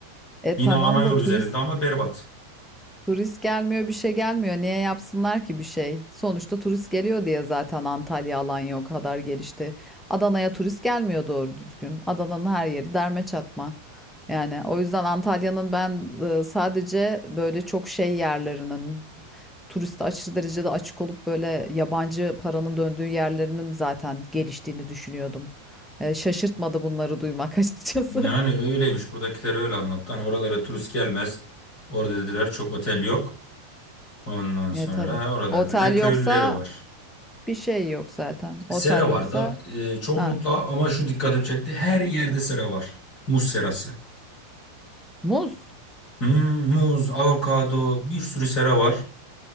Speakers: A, in the centre; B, on the left (about 40°).
A: E
B: Yine
A: tamam
B: ana yol
A: da
B: üzerinde
A: turist
B: ama berbat.
A: Turist gelmiyor, bir şey gelmiyor. Niye yapsınlar ki bir şey? Sonuçta turist geliyor diye zaten Antalya Alanya o kadar gelişti. Adana'ya turist gelmiyor doğru düzgün. Adana'nın her yeri derme çatma. Yani o yüzden Antalya'nın ben e, sadece böyle çok şey yerlerinin turiste aşırı derecede açık olup böyle yabancı paranın döndüğü yerlerinin zaten geliştiğini düşünüyordum. E, şaşırtmadı bunları duymak <laughs> açıkçası.
B: Yani öyleymiş buradakiler öyle anlattı. Hani oralara turist gelmez. Orada dediler çok otel yok. Ondan sonra
A: E tabii.
B: ha, oralarda
A: Otel
B: da köylüleri
A: yoksa
B: var.
A: bir şey yok zaten. Otel
B: Sera
A: yoksa
B: var da e, çoğunlukla
A: Ha,
B: ama şu dikkatimi çekti. Her yerde sera var. Muz serası.
A: muz.
B: Hmm, muz, avokado bir sürü sera var.